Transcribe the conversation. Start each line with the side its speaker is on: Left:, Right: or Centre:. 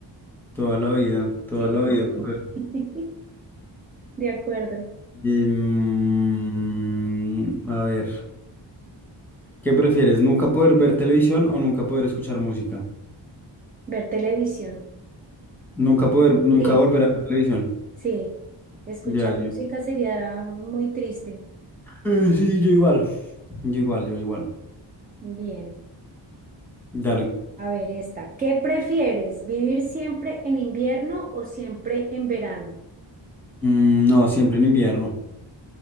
Centre: Toda la vida, toda
Right: Sí,
Centre: la
Right: sí,
Centre: vida. poder.
Right: sí. <laughs> De acuerdo.
Centre: Y, mm, a ver, ¿qué prefieres? ¿Nunca poder ver televisión o nunca poder escuchar música?
Right: Ver televisión.
Centre: Nunca poder, nunca
Right: Sí,
Centre: volver a la televisión.
Right: sí. Escuchar
Centre: Ya, yo
Right: música sería muy triste.
Centre: Eh, sí, yo igual. Yo igual, yo igual.
Right: Bien.
Centre: Dale.
Right: A ver esta. ¿Qué prefieres? ¿Vivir siempre en invierno o siempre en verano?
Centre: Mm, no, siempre en invierno.